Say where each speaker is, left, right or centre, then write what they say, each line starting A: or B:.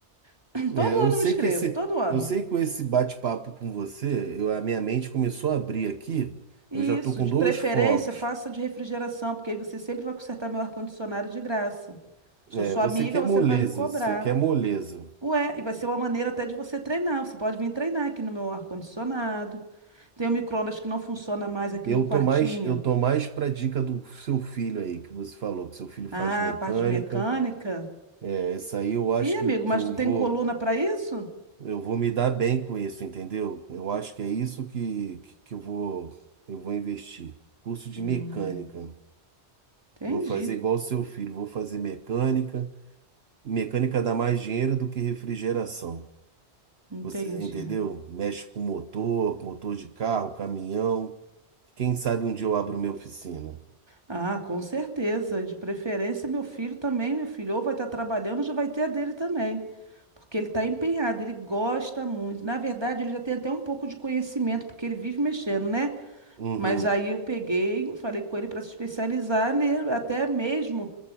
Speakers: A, on the right; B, on the right.
A: <clears throat> Todo
B: É, eu
A: ano
B: sei
A: eu me inscrevo,
B: que esse,
A: todo ano.
B: eu sei que com esse bate-papo com você, eu, a minha mente começou a abrir aqui.
A: Isso,
B: Eu já tô com
A: de
B: dois
A: preferência,
B: focos.
A: faça de refrigeração, porque aí você sempre vai consertar meu ar-condicionado de graça. Sou
B: É,
A: sua
B: você
A: amiga,
B: quer
A: você
B: moleza,
A: não vai me cobrar.
B: você quer moleza.
A: Ué, e vai ser uma maneira até de você treinar. Você pode vir treinar aqui no meu ar-condicionado. Tem o micro-ondas que não funciona mais aqui
B: Eu
A: no quartinho.
B: tô mais, eu tô mais pra dica do seu filho aí, que você falou, que seu filho faz
A: Ah,
B: mecânica.
A: parte de mecânica.
B: É, isso aí eu acho
A: Ih,
B: que,
A: amigo,
B: que
A: mas
B: eu
A: tu tem
B: vou,
A: coluna para isso?
B: eu vou me dar bem com isso, entendeu? Eu acho que é isso que, que, que eu vou, eu vou investir. Curso de
A: Hum,
B: mecânica.
A: entendi,
B: Vou fazer igual o seu filho, vou fazer mecânica. Mecânica dá mais dinheiro do que refrigeração.
A: entendi.
B: Você entendeu? Mexe com motor, motor de carro, caminhão. Quem sabe um dia eu abro minha oficina.
A: Ah, com certeza. De preferência, meu filho também, meu filho. Ou vai estar trabalhando, já vai ter a dele também. Porque ele está empenhado, ele gosta muito. Na verdade, ele já tem até um pouco de conhecimento, porque ele vive mexendo, né?
B: Uhum,
A: Mas aí eu peguei, falei com ele para se especializar, né? Até mesmo